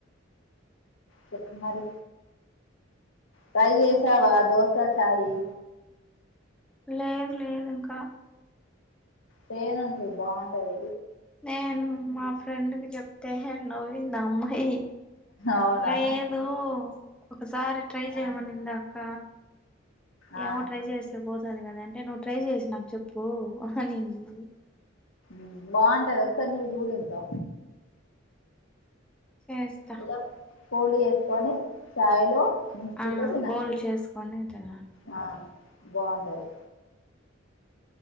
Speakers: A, on the left (about 80°); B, in the centre.
A: చెప్పు మరి ట్రై చేసావా
B: చెప్పు
A: దోశ చాయ్ ఈ
B: లేదు లేదు ఇంకా
A: తేనె ఉంటే బావుంటది
B: నేను మా ఫ్రెండ్ కి చెప్తే నవ్వింది అమ్మాయి
A: అవునా
B: లే నువ్వు ఒకసారి ట్రై చేయమనింది
A: ఆ
B: అక్క
A: ఆ
B: ఏమో ట్రై చెస్ తే పోతది కదా అంటే నువ్వు ట్రై చేసి నాకు చెప్పు అనింది
A: ఉమ్ బాంటది ఒకసారి నువ్వు చూడు ఇంకా
B: చేస్తా
A: ఇలా ఫోల్డ్ చేసుకోని ఛాయిలో ముంచుకుంటు
B: ఆ
A: తినాలి,
B: హోల్ చేసుకొని తినాలి
A: ఆ బాగుంటది